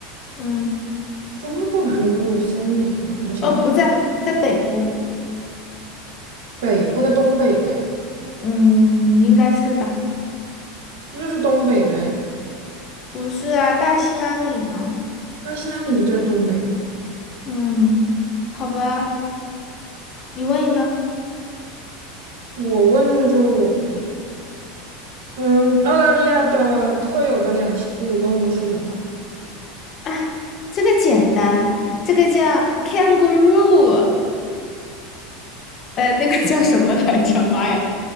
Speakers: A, on the left (about 25°); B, on the right (about 85°).
A: 嗯，
B: 中部哪里会有森林啊？我想一想，
A: 哦，不在，在北部。
B: 北部那东北呗，
A: 嗯，应该是吧？
B: 那就是东北呗。
A: 不是啊，大兴安岭啊。
B: 那是在你就在东北嘛？
A: 嗯，好吧，你问一个
B: 我问就我问，嗯，澳大利亚的特有的两栖哺乳动物是什么？
A: 啊，这个简单，这个叫 kangaroo，<laughs> 呃，那个叫什么来着？妈呀，